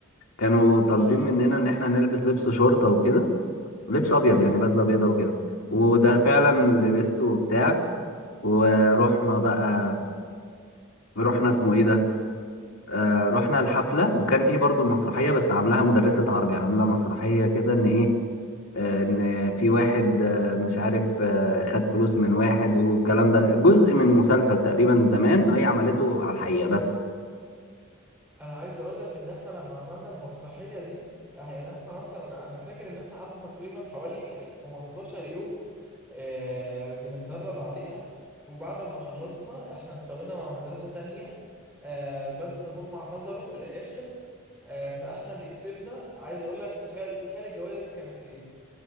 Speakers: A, on the left; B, in the centre.
A: كانوا طالبين
B: لا
A: مننا ان احنا نلبس لبس شرطه وكده لبس ابيض
B: اه
A: يعني بدله بيضه وكده وده فعلا لبسته وبتاع ورحنا بقى رحنا اسمه ايه ده آه رحنا الحفلة وكان في برضو مسرحية بس عاملاها مدرسة عربي عاملة مسرحية كده ان ايه آه ان في واحد آه مش عارف آه خد فلوس من واحد والكلام ده جزء من مسلسل تقريبا زمان وهي عملته على الحقيقة بس
B: انا عايز اقول لك ان احنا لما عملنا المسرحيه دي يعني احنا مثلا انا أنا فاكر ان احنا قعدنا تقريبا حوالي 15 يوم آه بنتدرب عليها وبعد ما خلصنا احنا اتساوينا مع مدرسه تانية آه بس هم اعتذروا في الاخر آه فاحنا اللي كسبنا عايز اقول لك تخيل تخيل الجوائز كانت ايه